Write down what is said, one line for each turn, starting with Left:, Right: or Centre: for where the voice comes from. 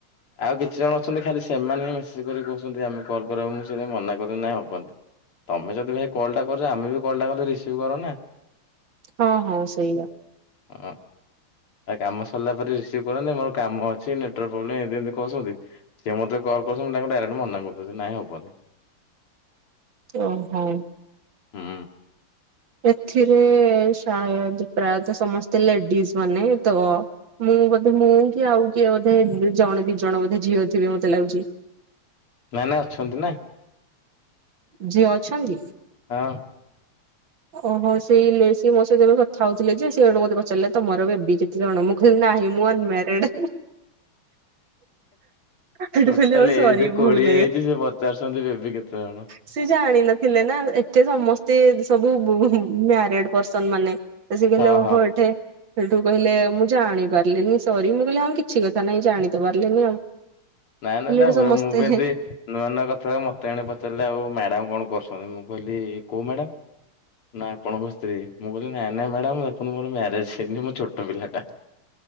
Left: ଆଉ କିଛି ଜଣ ଅଛନ୍ତି ଖାଲି ସେମାନେ ହିଁ ମେସେଜ୍ କରିକି କହୁଛନ୍ତି ଆମେ କଲ୍ କରାଅ, ମୁଁ ସେଟା ମନା କରେ ନାଇଁ ହବନି ତୋମେ ଯଦି ଭାଇ କଲ୍ ଟା କରିଚ, ଆମେ ବି କଲ୍ ଟା କଲେ ରିସିଭ୍ କର ନା।
Right: ହଁ, ହଁ ସେଇଆ।
Left: ଓ ଆଏ କାମ ସରିଲା ପରେ ରିସି ସିଭ୍ କରନ୍ତି, ମୋର କାମ ଅଛି ନେଟୱାର୍କ ପ୍ରୋବ୍ଲେମ୍ ଏମତି ଏମତି କହୁଛନ୍ତି। ସିଏ ମୋତ କଲ୍ କରୁଛନ୍ତି ମୁଁ ତାଙ୍କୁ ଡାଇରେକ୍ଟ ମନା କରଦଉଛି ନାହିଁ ହବନି।
Right: ଓ ହଁ।
Left: ହୁଁ।
Right: ଏଥିରେ ସାଏଦ୍ ପ୍ରାୟତ ସମସ୍ତେ ଲେଡିସ୍ ମାନେ ତ ମୁଁ ବୋଧେ ମୁଁ କି ଆଉ କିଏ ବୋଧେ ଜଣେ ଦି ଜଣ ବୋଧେ ଝିଅ ଥିବେ ମୋତେ ଲାଗୁଛି।
Left: ନା ନା ଅଛନ୍ତି ନା।
Right: ଝିଅ ଅଛନ୍ତି?
Left: ହଁ।
Right: ଓହୋ, ସେଇ ଲେ-ସିଏ ମୋ ସହିତ ଏବେ କଥା ହଉଥିଲେ ଯେ, ସିଏ ସେଉଠୁ ମୋତେ ପଚାରିଲେ ତୋମର ବେବି କେ ତେ ଜଣ ମୁଁ କହିଲି ନାହିଁ ମୁଁ ଅନମ୍ୟାରଡେ। ସେଠୁ
Left: ଟୋଟାଲ
Right: କହିଲେ ଆଉ ସରି
Left: ଏଜ୍
Right: ଭୁଲ
Left: କୋଡିଏ ହେଇଛି ସିଏ ପଚାରୁଛନ୍ତି ଏବି କେତେ ଜଣ।
Right: ସିଏ ଜାଣିନଥିଲେ ନା ଏଠି ସମସ୍ତେ ସବୁ ବୁ-ମ୍ୟାରେଡ୍ ପର୍ସନ୍ ମାନେ। ତ ସିଏ କହିଲେ
Left: ହଁ
Right: ଓହୋ
Left: ହଁ।
Right: ଏଠେ ସେଠୁ କହିଲେ ମୁଁ ଜାଣି ପାରିଲିନି ସରି, ମୁଁ କହିଲି ହଁ କିଛି କଥା ନାହିଁ ଜାଣି ତ ପାରିଲେନି ଆଉ।
Left: ନା, ନା,
Right: କହିଲେ
Left: ନା
Right: ଏଠି
Left: ହୁଏ
Right: ସମସ୍ତେ
Left: ମୁଁ ବି ଏମତି
Right: ହେ
Left: ନୂଆ ନୂଆ କଥା ମୋତେ ମାନେ ପଚାରିଲେ ଆଉ ମ୍ୟାଡାମ୍ କଣ କରୁଛନ୍ତି? ମୁଁ କହିଲି କୋଉ ମ୍ୟାଡ଼ାମ୍? ନା ଆପଣଙ୍କ ସ୍ତ୍ରୀ, ମୁଁ କହିଲି ନା, ନା, ମ୍ୟାଡାମ୍ ମୋ ଏପନ୍ତ ମୋର ମ୍ୟାରେଜ୍ ହେଇନି ମୁଁ ଛୋଟ ପିଲା ଟା।